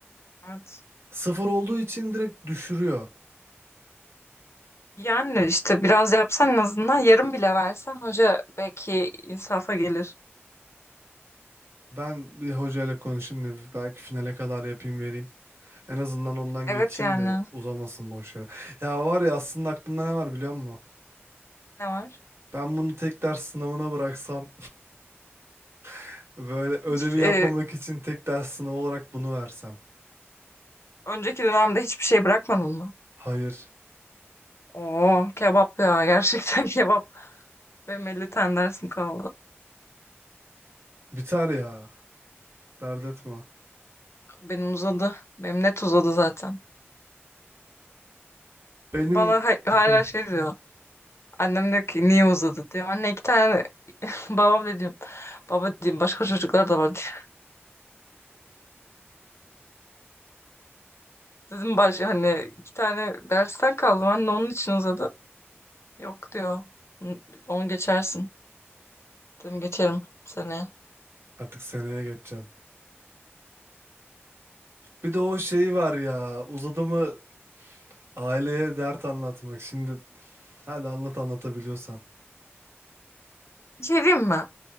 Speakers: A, on the left (about 75°); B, on the right (about 70°).
A: Evet.
B: Sıfır olduğu için direkt düşürüyor.
A: Yani işte biraz yapsan en azından yarım bile versen hoca belki insafa gelir.
B: Ben bir hocayla konuşayım da belki finale kadar yapayım vereyim. En azından ondan
A: Evet
B: geçeyim
A: yani.
B: de uzamasın boş yere. Ya var ya aslında aklımda ne var biliyor musun?
A: Ne var?
B: Ben bunu tek ders sınavına bıraksam <laughs> böyle ödevi
A: Hiç e,
B: yapmamak için tek ders sınavı olarak bunu versem.
A: önceki dönemde hiçbir şey bırakmadın mı?
B: Hayır.
A: Oo kebap ya gerçekten <laughs> kebap. Benim 50 tane dersim kaldı.
B: Biter ya. Dert etme.
A: Benim uzadı. Benim net uzadı zaten.
B: Benim
A: Bana ha- hala
B: <laughs>
A: şey diyor. Annem diyor ki niye uzadı diyor. Anne iki tane <laughs> babam da diyorum. Baba diyeyim başka çocuklar da var diyor. <laughs> Dedim baş hani iki tane dersten kaldım anne onun için uzadı. Yok diyor. "Hı, Onu geçersin. Dedim geçerim seneye.
B: artık seneye geçeceğim. Bir de o şeyi var ya. Uzadı mı aileye dert anlatmak. Şimdi hadi anlat anlatabiliyorsan.
A: Bir şey diyeyim mi?